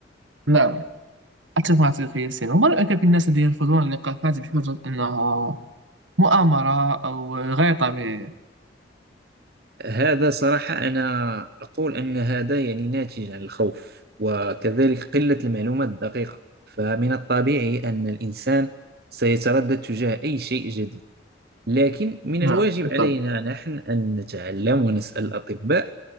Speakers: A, on the right; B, on the right.
A: نعم أتفق مع تلك السنة وما رأيك في الناس الذين يرفضون اللقاحات بحجة أنها مؤامرة أو غير طبيعية
B: هذا صراحة أنا أقول أن هذا يعني ناتج عن الخوف وكذلك قلة المعلومات الدقيقة فمن الطبيعي أن الإنسان سيتردد تجاه أي شيء جديد لكن من
A: نعم
B: الواجب
A: بالطبع
B: علينا نحن أن نتعلم ونسأل الأطباء